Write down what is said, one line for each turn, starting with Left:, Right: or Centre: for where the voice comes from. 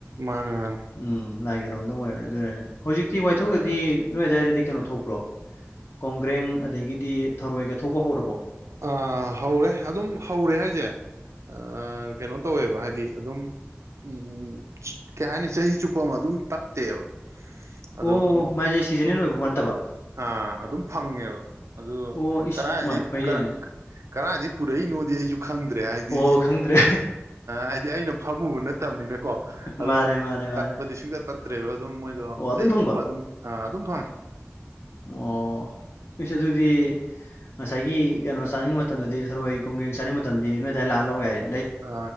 Right: ꯃꯥꯅꯦ ꯃꯥꯅꯦ
Left: ꯎꯝ ꯂꯥꯏꯒꯤ ꯅꯣꯝꯗꯝ ꯑꯣꯏꯔꯦ ꯑꯗꯨꯅꯅ‌ꯦ ꯍꯧꯖꯤꯛꯇꯤ ꯋꯥꯏꯊꯧꯗꯗꯤ ꯅꯣꯏ ꯑꯗꯨꯋꯥꯏꯗꯗꯤ ꯀꯩꯅꯣ ꯊꯣꯛꯄ꯭ꯔꯣ ꯀꯣꯡꯒ꯭ꯔꯦꯡ ꯑꯗꯒꯤꯗꯤ ꯊꯔꯣꯏꯒ ꯊꯣꯛꯄ ꯍꯧꯔꯕꯣ
Right: ꯑ ꯍꯧꯔꯦ ꯑꯗꯨꯝ ꯍꯧꯔꯦ ꯍꯥꯏꯁꯦ ꯑꯥ ꯀꯩꯅꯣ ꯇꯧꯋꯦꯕ ꯍꯥꯏꯗꯤ ꯑꯗꯨꯝ ꯎꯝ ꯆꯨ- ꯀꯩ ꯍꯥꯏꯅꯤ ꯆꯍꯤ ꯆꯨꯞꯄ ꯑꯃ ꯑꯗꯨꯝ ꯇꯠꯇꯦꯕ ꯑꯗꯣ
Left: ꯑꯣ ꯃꯥꯏꯁꯦ ꯁꯤꯖꯟꯅꯦꯟ ꯑꯣꯏꯕꯐꯥꯎ ꯅꯠꯇꯕ
Right: ꯑ ꯑꯗꯨꯝ ꯐꯪꯉꯦꯕ ꯑꯗꯨ
Left: ꯑꯣ ꯏꯁ
Right: ꯀꯗꯥꯥꯏꯗꯩ
Left: ꯃꯥꯏ ꯐꯩꯅꯦ
Right: ꯀꯗꯥꯏ-ꯀ
Left: ꯑꯗꯨꯗꯤ
Right: ꯀꯗꯥꯥꯏꯗꯤ ꯄꯨꯔꯛꯏꯅꯣꯗꯤ ꯑꯩꯁꯨ ꯈꯪꯗ꯭ꯔꯦ ꯍꯥꯏꯗꯤ
Left: ꯑꯣ ꯈꯪꯗ꯭ꯔꯦ
Right: ꯍꯥꯏꯗꯤ ꯑꯩꯅ ꯐꯝꯃꯨꯕ ꯅꯠ ꯕꯅꯤꯅꯀꯣ ꯑꯗꯣ
Left: ꯃꯥꯅꯦ ꯃꯥꯅꯦ ꯃꯥꯅꯦ
Right: ꯇꯠꯄꯗ ꯂꯤꯁꯤꯡꯒ ꯇꯠꯇ꯭ꯔꯦꯕ ꯑꯗꯨꯝ ꯃꯣꯏꯗꯣ
Left: ꯑꯣ ꯑꯗꯨꯝ
Right: ꯆꯍꯤ
Left: ꯐꯪꯕ
Right: ꯆꯨꯞꯄ ꯑꯗꯨꯝ ꯑ ꯑꯗꯨꯝ ꯐꯪꯉꯦ
Left: ꯑꯣ ꯏꯁ ꯑꯗꯨꯗꯤ ꯉꯁꯥꯏꯒꯤ ꯀꯩꯅꯣ ꯆꯥꯅꯤꯡꯕ ꯃꯇꯝꯗꯗꯤ ꯊꯔꯣꯏ ꯀꯣꯡꯒꯦꯡ ꯆꯥꯅꯤꯡꯕ ꯃꯇꯝꯗꯗꯤ ꯅꯣꯏ ꯑꯗꯨꯋꯥꯏ ꯂꯥꯛꯑ ꯂꯧ ꯌꯥꯏꯦ
Right: ꯑ